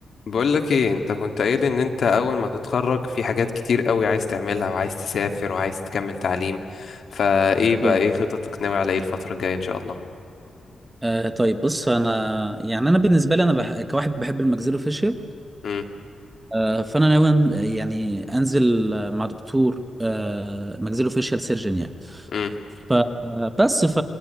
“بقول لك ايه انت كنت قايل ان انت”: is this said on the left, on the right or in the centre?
Left